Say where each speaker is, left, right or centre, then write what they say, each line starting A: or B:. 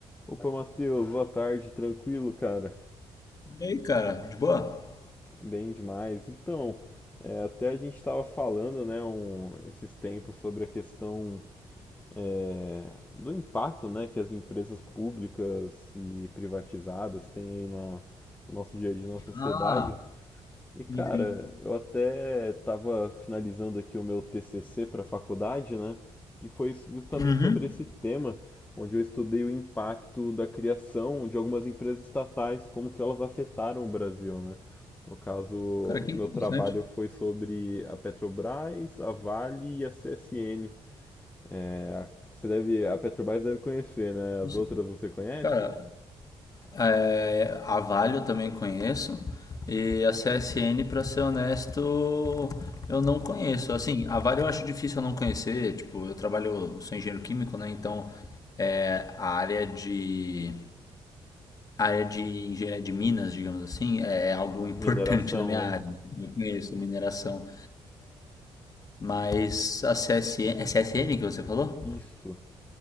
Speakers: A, on the left; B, on the left.
A: Opa, Matheus, boa tarde, tranquilo, cara?
B: E aí, cara, de boa?
A: Bem demais. Então, é, até a gente estava falando, né, um- esses tempos sobre a questão é, do impacto, né, que as empresas públicas e privatizadas têm aí na, no nosso dia a dia, na sociedade.
B: Ah,
A: E cara,
B: sim, sim.
A: eu até estava finalizando aqui o meu TCC para a faculdade, né? Que foi justamente
B: Uhum.
A: sobre esse tema, onde eu estudei o impacto da criação de algumas empresas estatais, como que elas afetaram o Brasil, né? No caso,
B: Cara, que
A: meu
B: interessante.
A: trabalho foi sobre a Petrobras, a Vale e a CSN. É, a- você deve, a Petrobras deve conhecer, né? As
B: Nossa,
A: outras você conhece?
B: Cara, é, a Vale eu também conheço e a C S N, pra ser honesto, eu não conheço. Assim, a Vale eu acho difícil eu não conhecer. Tipo, eu trabalho, eu sou engenheiro químico, né? Então, é, a área de a área de engenharia de minas, digamos assim, é algo <laughs> importante
A: Mineração,
B: na minha área.
A: né?
B: né? Eu conheço mineração, mas a C S CSN, é C S N que você falou?
A: Isso.